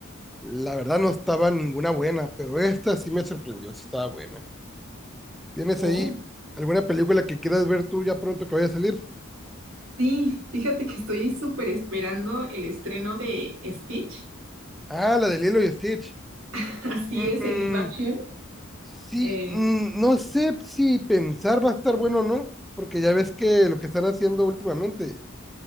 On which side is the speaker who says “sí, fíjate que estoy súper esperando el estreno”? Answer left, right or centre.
Right